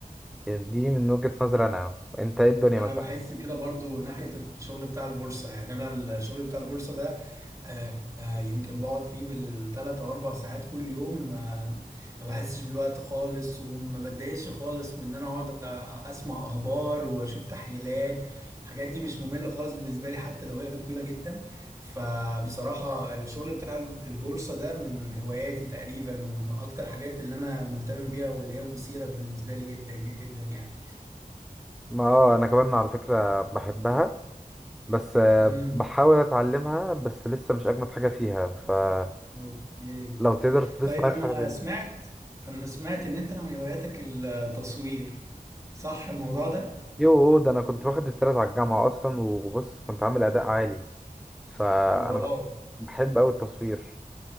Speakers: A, in the centre; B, on the right.
A: دي من وجهة نظري أنا أنت إيه الدنيا
B: انا
A: مثلا؟
B: بحس كده برضو ناحية الشغل بتاع البورصة يعني انا الشغل بتاع البورصة ده آه، آه، يمكن بقعد فيه بالثلاث او اربع ساعات كل يوم آه، ما بحسش بالوقت خالص وما بتضايقش خالص من ان انا اقعد أ- اسمع اخبار واشوف تحليلات الحاجات دي مش مملة خالص بالنسبة لي حتى لو هي طويلة جدا فبصراحة الشغل بتاع البورصة ده من هواياتي تقريبا ومن اكتر حاجات اللي انا مهتم بيها واللي هي مثيرة بالنسبة لي جدا جدا يعني
A: ما اه انا كمان على فكرة بحبها بس آه،
B: امم
A: بحاول اتعلمها بس لسه مش اجمد حاجه فيها فلو
B: اوكي
A: تقدر تدوس
B: طيب
A: معايا
B: انا
A: في حاجه تانية
B: سمعت انا سمعت ان انت من هواياتك التصوير صح الموضوع ده
A: يو ده انا كنت واخد التلات على الجامعه اصلا وبص كنت عامل اداء عالي فانا
B: واو
A: بح- بحب قوي التصوير